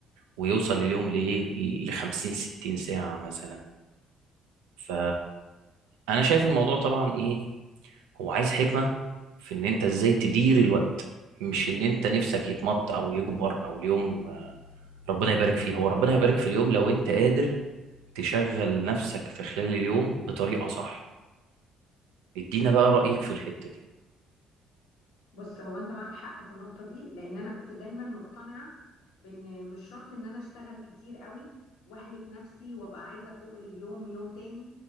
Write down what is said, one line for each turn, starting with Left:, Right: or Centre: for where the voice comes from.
Right: ويوصل اليوم لايه ل 50 60 ساعة مثلا ف انا شايف الموضوع طبعا ايه هو عايز حكمة في ان انت ازاي تدير الوقت مش ان انت نفسك يتمط او يكبر او اليوم ربنا يبارك فيه هو ربنا يبارك في اليوم لو انت قادر تشغل نفسك في خلال اليوم بطريقة صح ادينا بقى رأيك في الحتة دي
Left: بص هو انت معاك حق في النقطة دي لان انا كنت دايما مقتنعة بان مش شرط ان انا اشتغل كتير قوي واهلك نفسي وابقى عايزة فوق اليوم يوم تاني